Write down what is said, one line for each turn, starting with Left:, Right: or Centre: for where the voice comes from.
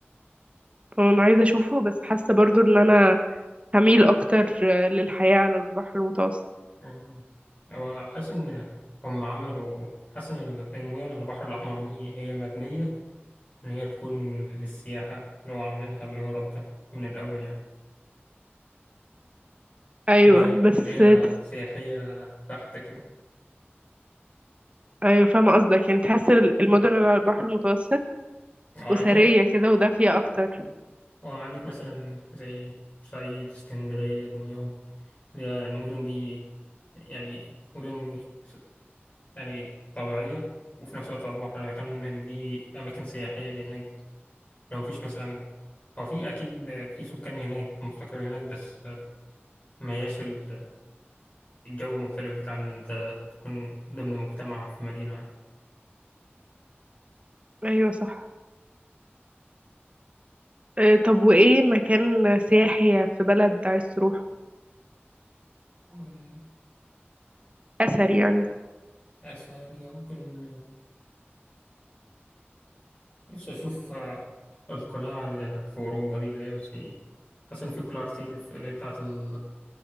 Right: اه انا عايزة اشوفه بس حاسة برضو ان انا هميل اكتر آه، للحياة على البحر المتوسط
Left: يعني هو حاسس إن هم عملوا حاسس إن المدن على البحر الأحمر دي هي مبنية إن هي تكون للسياحة اللي هو عاملينها بالغرض ده من الأول يعني
Right: ايوه
Left: اللي هي
Right: بس
Left: اللي هي
Right: تح-
Left: سياحية بحتة كده
Right: ايوه فاهمة قصدك يعني تحس ال- المدن اللي على البحر المتوسط
Left: اه
Right: اسرية
Left: اللي هي
Right: كده ودافية اكتر
Left: وعندك مثلا زي بورسعيد اسكندرية دمياط اللي هي المدن دي يعني مدن س- يعني طبيعية وفي نفس الوقت على البحر يعني كان دي أماكن سياحية اللي هناك دي لو مفيش مثلا هو في أكيد في سكان هناك مستقر هناك بس ما هياش ال- الجو مختلف بتاع إن أنت تكون ضمن مجتمع في مدينة عادية.
Right: ايوه صح آه، طب وايه مكان سياحي في بلد عايز تروح
Left: ومن
Right: اثر يعني
Left: أثرية ممكن نفسي أشوف آه، القلاع اللي في أوروبا دي اللي هي زي حاسس إن في قلاع كتير في- اللي هي بتاعة ال-